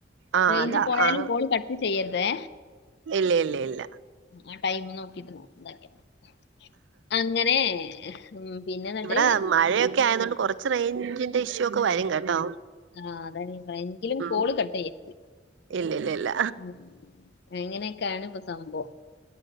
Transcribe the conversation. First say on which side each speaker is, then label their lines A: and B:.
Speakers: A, on the right; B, on the left.
A: ആഹ്
B: റേഞ്ച്
A: അതാ
B: പോയാലും
A: ആഹ്
B: കോള് കട്ട് ചെയ്യര്തേ
A: ഇല്ല ഇല്ല ഇല്ല
B: ആ ടൈം നോക്കിട്ട് <unintelligible> അങ്ങനെ ഉം, പിന്നെ എന്നിട്ട്
A: ഇവിടെ മഴയൊക്കെ ആയതൊണ്ട് കൊർച്ച് റേഞ്ചിന്റെ ഇഷ്യൂ ഒക്കെ വരും കേട്ടോ
B: ആ അതാണ് <unintelligible> എങ്കിലും
A: ഉം
B: കോള് കട്ട് യ്യരുത്
A: ഇല്ല ഇല്ല ഇല്ല
B: ഉം അങ്ങനെക്കെയാണ് പ്പൊ സംഭവം